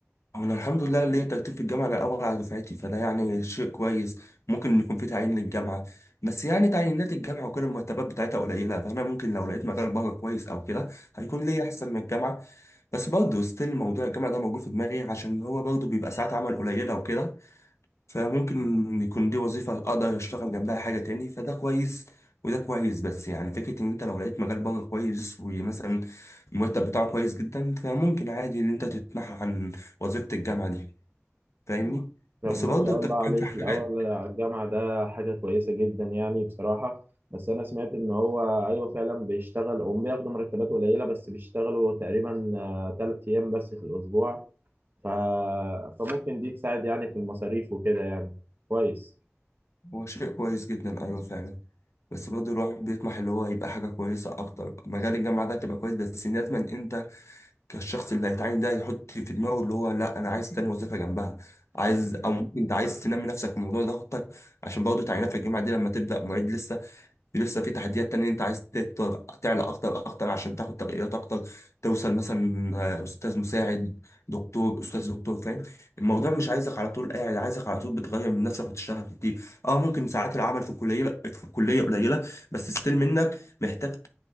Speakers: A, on the left; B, on the right.
A: انا الحمد لله ليا ترتيب في الجامعة الاول على دفعتي فده يعني شيء كويس ممكن يكون في تعيين للجامعة بس يعني تعيينات الجامعة وكده المرتبات بتاعتها قليلة فانا ممكن لو لقيت مجال بره كويس او كده هيكون ليا احسن من الجامعة بس برضه ستيل موضوع الجامعة ده موجود في دماغي عشان هو برضه بيبقى ساعات عمل قليلة وكده فممكن يكون دي وظيفة أقدر أشتغل جنبها حاجة تاني فده كويس وده كويس بس يعني فكرة إن أنت لو لقيت مجال بره كويس ومثلا المرتب بتاعه كويس جدا فممكن عادي إن أنت تتنحى عن وظيفة الجامعة دي فاهمني؟
B: طب
A: بس
B: ما
A: برضه
B: شاء
A: التفكير
B: الله عليك
A: في حاجة
B: الاول على الجامعة ده حاجة كويسة جدا يعني بصراحة بس انا سمعت ان هو ايوه فعلا بيشتغل هم بياخدوا مرتبات قليلة بس بيشتغلوا تقريبا آه، تلات ايام بس في الاسبوع ف... فممكن دي تساعد يعني في المصاريف وكده يعني كويس
A: هو شيء كويس جدا أيوه فعلا بس برضه الواحد بيطمح اللي هو يبقى حاجة كويسة أكتر مجال الجامعة ده تبقى كويس بس لازم أنت الشخص اللي هيتعين ده يحط في دماغه اللي هو لا انا عايز تاني وظيفه جنبها عايز او ممكن انت عايز تنمي نفسك في الموضوع ده خطك عشان برضه تعيينات في الجامعه دي لما تبدا معيد لسه في لسه في تحديات تانية انت عايز تت- تعلى اكتر اكتر عشان تاخد ترقيات اكتر توصل مثلا آه، استاذ مساعد دكتور استاذ دكتور فاهم الموضوع مش عايزك على طول قاعد عايزك على طول بتغير من نفسك وتشتغل كتير اه ممكن ساعات العمل في الكليه في الكليه قليله بس ستيل منك محتاج